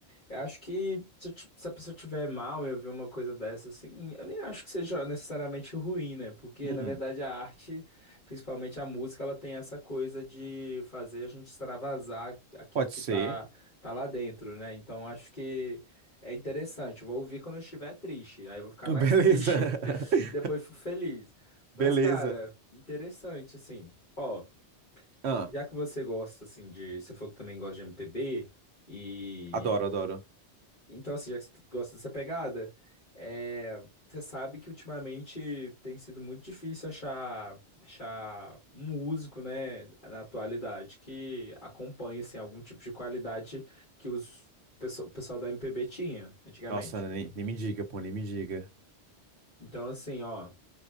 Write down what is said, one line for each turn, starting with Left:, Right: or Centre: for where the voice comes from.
Left: Eu Acho que se, eu ti- se a pessoa tiver mal e ouvir uma coisa dessa, assim, eu nem acho que seja necessariamente ruim, né? Porque,
Right: Hum,
Left: na verdade, a arte, principalmente a música, ela tem essa coisa de fazer a gente extravasar aquilo
Right: pode
Left: que
Right: ser.
Left: tá, tá lá dentro, né? Então, acho que é interessante. Eu vou ouvir quando eu estiver triste. Aí eu vou ficar
Right: Beleza.
Left: mais triste, <laughs>
Right: <laughs>
Left: e depois fico feliz.
Right: Beleza.
Left: Mas, cara, interessante, assim. Ó,
Right: Ah,
Left: já que você gosta, assim, de. Você falou que também gosta de MPB. E
Right: adoro, adoro.
Left: então, assim, já que você gosta dessa pegada, é, você sabe que ultimamente tem sido muito difícil achar, achar músico, né, na atualidade, que acompanhe, assim, algum tipo de qualidade que os, pesso- o pessoal da MPB tinha antigamente.
Right: Nossa, nem, nem me diga, pô, nem me diga.
Left: Então, assim, ó,